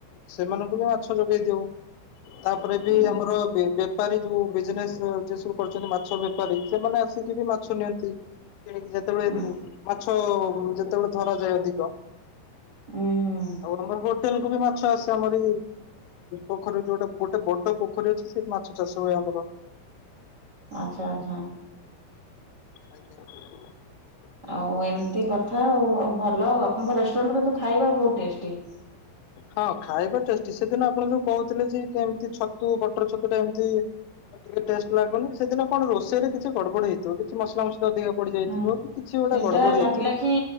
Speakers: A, on the left; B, on the right.
A: ସେମାନଙ୍କୁ ବି ମାଛ ଯୋଗେଇ ଦଉ । ତାପରେ ବି
B: ହୁଁ
A: ଆମର ବାହାରେ ଯୋଉ ବିଜନେସ ସବୁ କରଛନ୍ତି ମାଛ ବେପାରୀ ସେମାନେ ଆସିକି ବି ମାଛ ନିଅନ୍ତି । କିଣିକି ଯେତେବେଳେ
B: ହୁଁ
A: ମାଛ ଯେତେବେଳେ ଧରା ଯାଏ ଅଧିକ
B: ହୁଁ, ହୁଁ ।
A: ଆଉ ଆମର ହୋଟେଲ କୁ ବି ମାଛ ଆସେ ଆମାରି ପୋଖରୀ ଯୋଉଟା ଗୋଟେ ବଡ଼ ପୋଖରୀ ଅଛି ସେଇି ମାଛ ଚାଷ ହୁଏ ଆମ ମୋର
B: <unintelligible> ଆଚ୍ଛା ଆଚ୍ଛା ହଁ।
A: ଆଜ୍ଞା ।
B: ଆଉ ଏମିତି କଥା ଆଉ ଭଲ ଆଉ ଆପଣଙ୍କ ରେଷ୍ଟୁରାଣ୍ଟ କିନ୍ତୁ ଖାଇବା ବହୁତ ଟେଷ୍ଟି ।
A: ହଁ ଖାଇବା ଟେଷ୍ଟି ସେଦିନ ଆପଣ ଯୋଉ କହୁଥିଲେ ଯେ କେମିତି ଛତୁ ବଟର ଛତୁ ଟା ଏମିତି ଆଉ ଟିକେ ଟେଷ୍ଟ ଲାଗୁନି ସେଦିନ କଣ ରୋଷେଇରେ କିଛି ଗଡ ବଡ଼ ହେଇଥିବ କିଛି ମସଲା ମୁସୁଲି ପଡ଼ି ଯାଇଥିବ
B: ହୁଁ
A: କି
B: ସେଇଟା ଲାଗିଲା
A: ହେଇଥିବ।
B: କି,